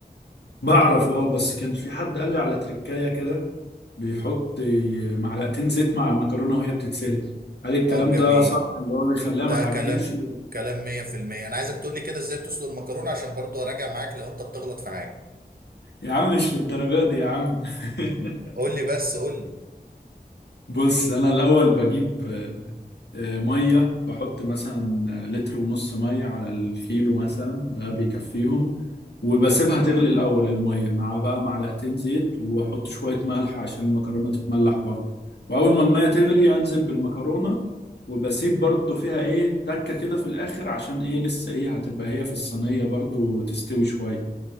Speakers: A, on the left (about 85°); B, on the right (about 60°).
A: بعرف اه بس كان في حد قال لي على تركاية كده بيحط معلقتين زيت مع المكرونة وهي بتتسلق هل الكلام
B: طب جميل
A: ده صح اللي هو بيخليها
B: ده
A: ما تعجنش
B: كلام كلام 100% انا عايزك تقول لي كده ازاي بتسلق المكرونه عشان برضو اراجع معاك لو انت بتغلط في حاجه
A: يا عم مش للدرجة دي يا عم <laughs>
B: قول لي بس قول لي
A: بص انا الاول بجيب آه، آه، ميه بحط مثلا آه، لتر ونص ميه على الكيلو مثلا ده بيكفيهم وبسيبها تغلي الاول الميه مع بقى معلقتين زيت واحط شويه ملح عشان المكرونه تتملح برضه واول ما الميه تغلي انزل بالمكرونه وبسيب برضه فيها ايه تكه كده في الاخر عشان ايه لسه ايه هتبقى هي في الصينيه برضه تستوي شويه